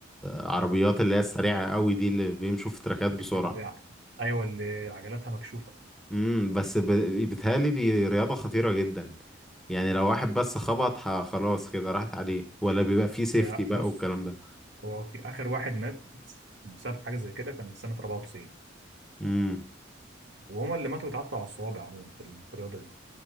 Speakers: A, in the centre; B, on the right.
A: عربيات اللي هي السريعة قوي دي اللي بيمشوا في تراكات بسرعة
B: اللي ايوه اللي عجلاتها مكشوفه
A: امم بس ب... بيتهيألي دي رياضة خطيرة جدا يعني لو واحد بس خبط ه- خلاص كده راحت عليه ولا بيبقى فيه سيفتي
B: هي
A: بقى
B: بص
A: والكلام ده
B: هو في آخر واحد مات بسبب حاجة زي كده كان سنة 94
A: امم
B: وهما اللي ماتوا اتعطوا على الصوابع عموما في ال- في الرياضة دي